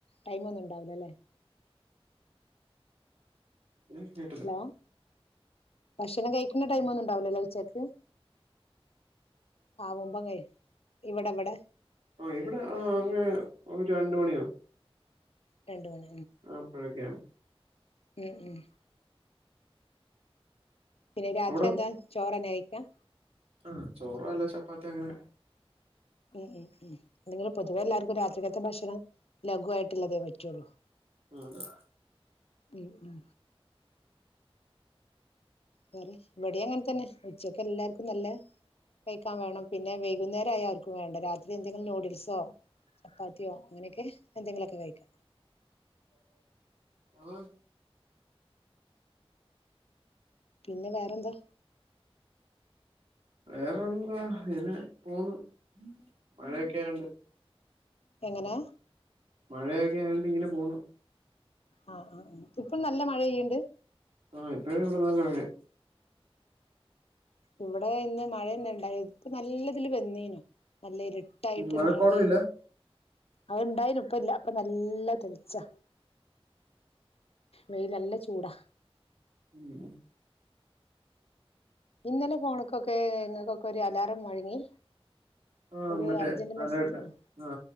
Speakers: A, on the left; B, on the right.
A: ടൈം ഒന്നും ഉണ്ടാവ് ലല്ലേ
B: ഞാൻ കേട്ടില്ല
A: ഹലോ ഭക്ഷണം കഴിക്കണ്ട ടൈം ഒന്നും ഉണ്ടാവലല്ലേ ഉച്ചക്ക് ആ മുമ്പങ്ങ ഇവിടെവടെ
B: ആ ഇവിടെ ആ അങ്ങനെ ഒരു രണ്ട് മണിയാവു
A: രണ്ട് മണ
B: അപ്പഴക്കേം
A: ഉം ഉം പിന്നെ രാത്രി
B: അവിടോ
A: എന്താ ചോറ് തന്നെയി ക്ക
B: ആ ചോറല്ല ചപ്പാത്തി അങ്ങനെ
A: ഉം ഉം ഉം അല്ലെങ്കിൽ പൊതുവേ എല്ലാർക്കും രാത്രികാലത്തെ ഭക്ഷണം ലഘുവയിട്ടുള്ളതേ പറ്റുള്ളൂ
B: ആ അതെ
A: ഉ ഉ വേറെ വിടിയങ്ങനെ തന്നെ ഉച്ചൊക്കെ എല്ലാവർക്കും നല്ല കഴിക്കാൻ വേണം പിന്നെ വൈകുന്നേര ആയ ആർക്കും വേണ്ട രാത്രി എന്തെങ്കിലും നൂഡിൽസോ ചപ്പാത്തിയോ അങ്ങനെയൊക്കെ
B: ആ
A: പിന്നെ വേറെന്താ
B: വേറെന്താ ഇനെ പോന്നു മഴയൊക്കെയാണ്ട്
A: എങ്ങനെ
B: മഴയൊക്കെ ആയണ്ട്ങ്ങനെ പോണു
A: ആ ആ ആ ഇപ്പൊ നല്ല മഴ പെയ്യുണ്ട്
B: ആഹ ഇപ്പഴ ഇവിടെ നല്ല മഴയാ
A: ഇവിടെ ഇന്ന് മഴയന്നെണ്ടായി ഇപ്പ നല്ലതില് വെന്നീനു നല്ല ഇരിട്ടായിട്ട്
B: മഴക്കോളും
A: മഴ മഴ
B: ഇല്ല
A: അത് ഇണ്ടായ്നു ഇപ്പ ഇല്ല ഇപ്പൊ നല്ല തെളിച്ചാ വെയ്ൽ നല്ല ചൂടാ
B: ഉം
A: ഇന്നലെ ഫോൺക്കൊക്കെ ഇങ്ങൾക്കൊക്കെ ഒരു അലാറം മൊഴങ്ങി
B: ആ
A: ഒരു
B: മറ്റേ
A: അർജന്റ് മെസ്സേജ്
B: അലേർട്ട്
A: ആണ്
B: ആ